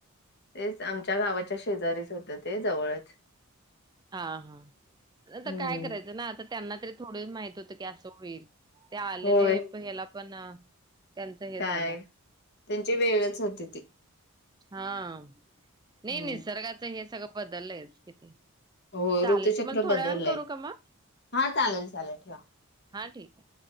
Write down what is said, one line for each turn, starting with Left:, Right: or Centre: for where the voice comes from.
Left: तेच आम. च्या गावाच्या शेजारीच होतं ते जवळच
Right: हा हा आता
Left: हम्म.
Right: काय करायचं ना आता? त्यांना तरी थोडं माहित होतं की असं होईल. ते आलेले
Left: होय
Right: पण ह्याला पण त्यांचं हे
Left: काय
Right: झालं
Left: त्यांची वेळच होती ती
Right: हां. नाही
Left: हम्म.
Right: निसर्गाचं हे सगळं. बदललयच किती?
Left: हो
Right: चालेल
Left: ऋतुचक्र
Right: तुम्हाला थोड्या
Left: बदलले
Right: वेळानं करू का मग?
Left: हा चालेल चालेल ठेवा.
Right: हा ठीक आहे.